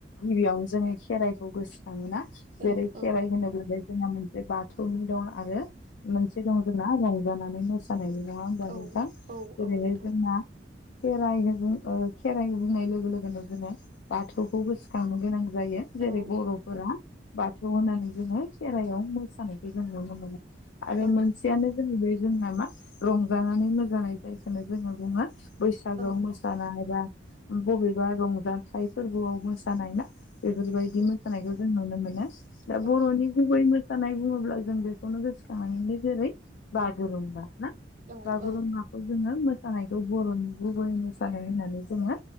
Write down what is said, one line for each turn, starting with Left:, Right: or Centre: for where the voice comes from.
Left: गिबियावनो जोङो खेराइखौ गोसो खाङोना
Right: औ
Left: जेरै खेराइ होनोब्लाथाय जोंहा मोनसे बा थौनि दं आरो मोनसे दं जोंना रंजानानै मोसानायनि नङा होमबा
Right: औ
Left: नोंथां
Right: औ
Left: बिदिनो
Right: औ नोंथां
Left: जोंना खेराइ बुं खेराइ बुंनाय लोगो लोगोनो जोङो बाथौखौ गोसोखांनो गोनां जायो जेरै
Right: औ
Left: बर'फोरा
Right: औ
Left: बा थौ होनानै जोङो खेराइआव मोसानायखौ जों नुनो मोनो आरो
Right: औ
Left: मोनसियानो जोंनि बे जोंनामा रंजानानै मोसानाय जायखोनो जोङो बुङो बैसागोआव
Right: औ
Left: मोसानाय बा बबेबा रंजाथाइ फोरबोआव मोसानाय ना? बेफोरबायदि
Right: उम
Left: मोसानायखौ जों नुनो मोनो। दा
Right: औ
Left: बर'नि गुबै मो सानाय बुङोब्ला जों बेखौनो गोसोखांनांगोन दि जेरै बागुरुम्बा ना
Right: औ
Left: बागुरुम्बा
Right: औ
Left: जोङो मोसानायखौ बर'नि गुबै मोसानाय होननानै जोङो